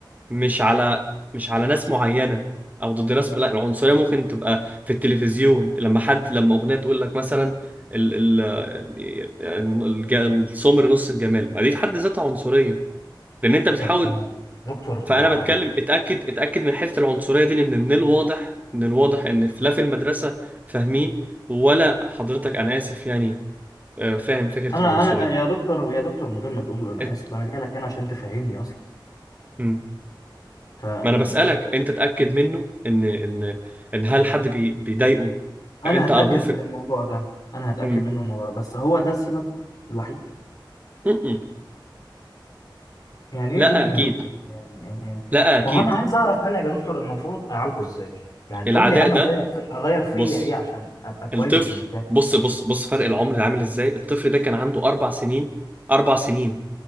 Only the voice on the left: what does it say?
طب يا دكتور طب
ما هو
هيبقى
انا
انا يا دكتور يا دكتور من غير ما تقول له انا
اسف انا جاي لك هنا عشان تفهمني اصلا
فيعني
انا
هتاكد
من الموضوع ده انا هتاكد
منه الموضوع ده بس هو ده السبب الوحيد
يعني
ايه م-
م يا دكتور يعني يعني يعني-
ما هو انا عايز اعرف منك يا دكتور المفروض اعالجه ازاي يعني
قول لي انا
اغير في اغير فيا
ايه عشان ابقى كويس
بالنسبه لي